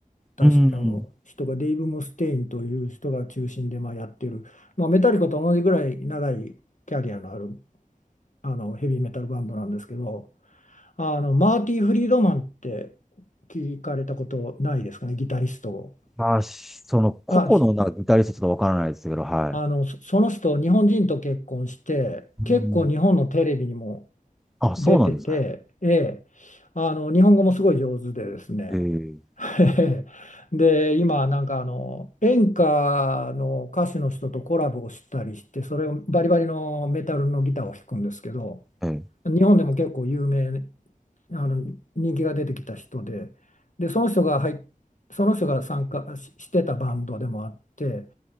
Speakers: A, on the left; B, in the centre.
A: たしあの人がデイブ・
B: うん
A: ムステインという人が中心でまあやってる、まあ、メタリカと同じぐらい長いキャリアのあるあのヘビーメタルバンドなんですけど、あのマーティ・フリードマンって聞かれたことないですかね、ギタリストを。
B: まあ、しその個々のなんかギタリストちょっとわからないですけど、
A: あ、ひ
B: はい。
A: あのそその人、日本人と結婚して、
B: うん
A: 結構日本のテレビにも
B: あ、そうなんですね。
A: 出てて、ええ、あの日本語もすごい上手でですね。
B: え
A: <laughs> で、今なんかあの演歌の歌手の人とコラボをしたりして、それをバリバリのメタルのギターを弾くんですけど、
B: えええ
A: 日本でも結構有名、あの人気が出てきた人で、で、その人が入っその人が参加ししてたバンドでもあって、